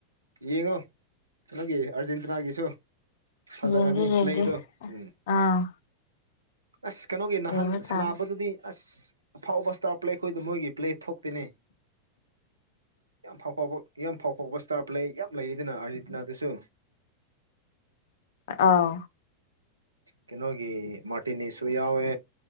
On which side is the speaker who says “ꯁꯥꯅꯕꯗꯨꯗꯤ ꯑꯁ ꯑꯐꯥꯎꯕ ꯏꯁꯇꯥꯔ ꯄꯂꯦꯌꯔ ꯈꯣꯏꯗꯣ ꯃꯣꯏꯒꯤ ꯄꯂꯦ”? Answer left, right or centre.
Right